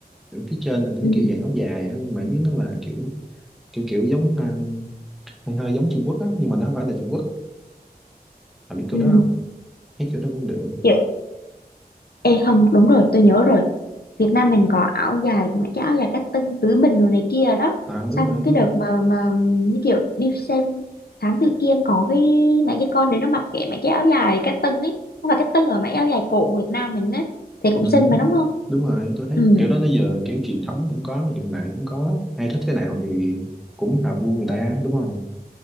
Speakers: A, in the centre; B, on the left.
A: Ở phía trên là cái
B: ừ
A: kiểu dạng áo dài á nhưng mà ở dưới nó là kiểu kiểu kiểu giống ờ, hơi hơi giống Trung Quốc á nhưng mà nó không phải là Trung Quốc Bà biết kiểu
B: ừ
A: đó không thấy kiểu đó cũng được
B: kiểu Ê không, đúng rồi, tôi nhớ rồi. Việt Nam mình có áo dài mà cái áo dài cách tân tứ bình đồ này kia đó.
A: à
B: Xong
A: đúng rồi
B: cái đợt mà mà như kiểu đi xem Thám Tử Kiên có cái mấy cái con đấy nó mặc kệ mấy cái áo dài cách tân ấy. Không phải cách tân mà mấy áo dài cổ Việt Nam mình ấy. Thì cũng
A: Ừ,
B: xinh mà đúng không?
A: đúng rồi tôi thấy
B: Ừ,
A: kiểu đó nó giờ kiểu truyền thống cũng có mà hiện đại cũng có ai thích thế nào thì cũng hợp gu người ta đúng không